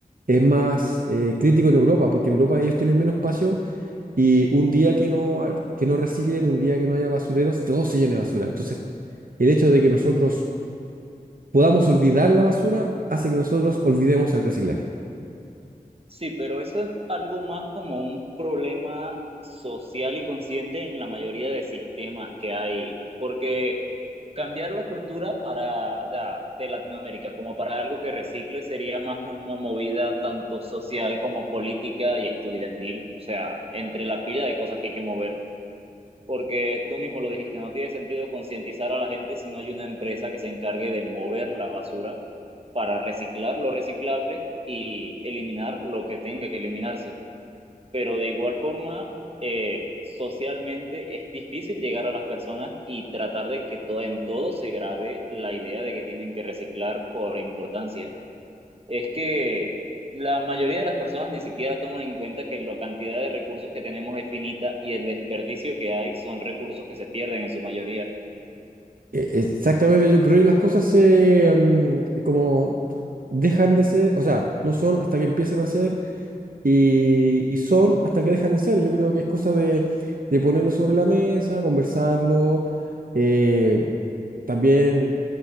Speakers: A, on the right; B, on the right.
A: Es más eh, crítico en Europa, porque en Europa ellos tienen menos espacio y un día que no, ha- que no reciclen, un día que no haya basureros, todo se llene de basura. Entonces, el hecho de que nosotros podamos olvidar la basura hace que nosotros olvidemos el reciclaje.
B: Sí, pero eso es algo más como un problema social y consciente en la mayoría de sistemas que hay, porque cambiar la cultura para ya, de Latinoamérica como para algo que recicle sería más una movida tanto social como política y estudiantil, o sea, entre la pila de cosas que hay que mover. Porque tú mismo lo dijiste, no tiene sentido concientizar a la gente si no hay una empresa que se encargue de mover la basura para reciclar lo reciclable y eliminar lo que tenga que eliminarse. Pero de igual forma, eh, socialmente es difícil llegar a las personas y tratar de que to- en todo se grabe la idea de que tienen que reciclar por importancia es que la mayoría de las personas ni siquiera toman en cuenta que la cantidad de recursos que tenemos es finita y el desperdicio que hay son recursos que se pierden en su mayoría.
A: E- es Exactamente, yo, pero hoy las cosas se mm, como dejan de ser, o sea, no son hasta que empiezan a ser y, y son hasta que dejan de ser. Yo creo que es cosa de, de ponerlo sobre la mesa, conversarlo, eh, también